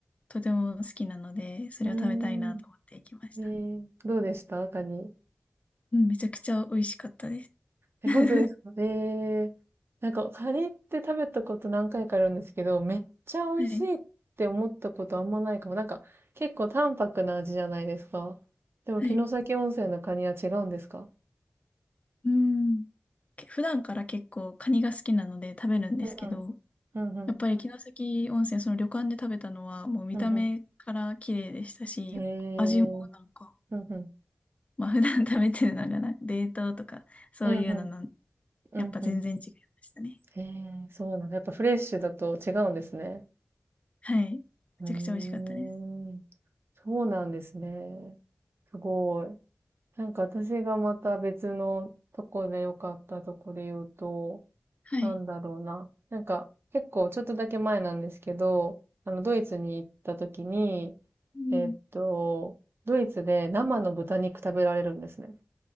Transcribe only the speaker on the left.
とても好きなので、それを食べたいなと思って行きました。
うん、めちゃくちゃ美味しかったです。
<laughs>
はい
はい。
うん。け普段から結構カニが好きなので食べるんですけど、
やっぱり城崎温泉、その旅館で食べたのはもう見た目から綺麗でしたし、
味もなんか、
まあ普段食べてるのがな、冷凍とかそういうのなん、
やっぱ全然違いましたね。
はい。めちゃくちゃ美味しかったです。
はい。
うん。